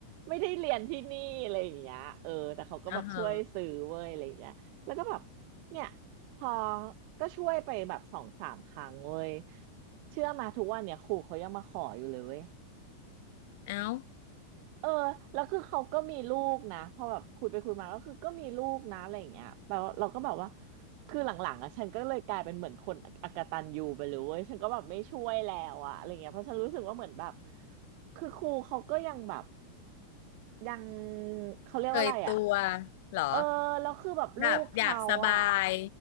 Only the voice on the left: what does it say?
อ่าฮะ
เอ้า
เคยตัวเหรอ
แบบอยากสบาย